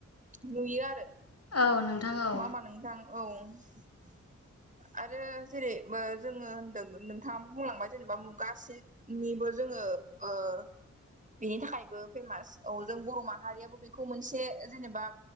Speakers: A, on the right (about 25°); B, on the left (about 50°).
A: नुयो आरो
B: औ नोंथां औ
A: नङा होमबा नोंथां औ <inaudible> आरो जेरै ओ जोङो होनदों नोंथाङा बुंलांबाय जेनेबा मुगासेनिबो जों- ङो ओ बेनि थाखायबो फेमास औ जों बर' माहारियाबो बेखौ मोनसे जेनेबा